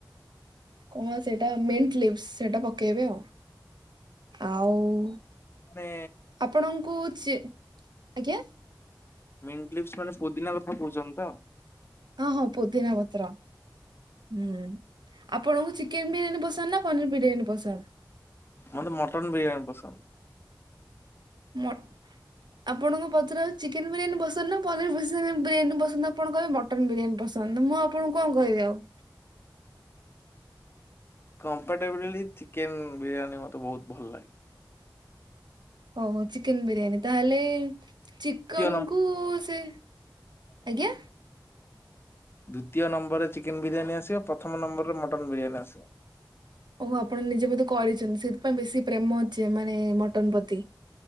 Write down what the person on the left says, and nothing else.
ମାନେ
ମିନ୍ଟ ଲିଭ୍ ସ ମାନେ ପୋଦିନା କଥା କହୁଚନ୍ତି ତ!
ମତେ ମଟନ୍ ବିରିୟାନୀ ପସନ୍ଦ।
କମ୍ପେଟାବ୍ଲି, ଚିକେନ ବିରିୟାନୀ ମତେ ବହୁତ ଭଲ ଲାଗେ।
ଦ୍ୱିତୀୟ ନମ୍ବର
ଦ୍ୱିତୀୟ ନମ୍ବରରେ ଚିକେନ ବିରିୟାନୀ ଆସିବ ଓ ପ୍ରଥମ ନମ୍ବରରେ ମଟନ ବିରିୟାନୀ ଆସିବ।